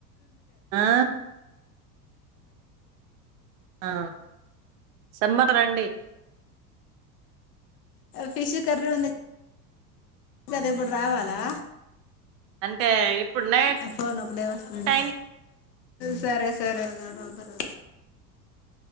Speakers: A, on the right (about 55°); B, on the left (about 80°).
A: ఆ ఆ సమ్మరరండి
B: ఫిష్ కర్రీ ఉంది కదా ఇప్పుడు రావాలా
A: అంటే ఇప్పుడు నైట్
B: ఫోన్ ఒకటే వస్తుంది
A: టై
B: సరే సరే వగాడు బరు